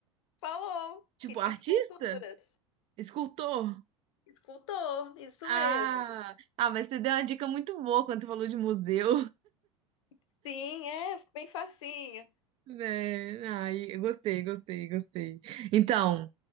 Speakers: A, on the left; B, on the right.
A: Falou,
B: tipo,
A: queria
B: artista?
A: esculturas.
B: Escultor?
A: Escultor, isso
B: Ah,
A: mesmo.
B: ah, mas você deu uma dica muito boa quando você falou de museu,
A: Sim, é bem facinho.
B: <laughs> né? Ai, eu gostei, gostei, gostei. Então,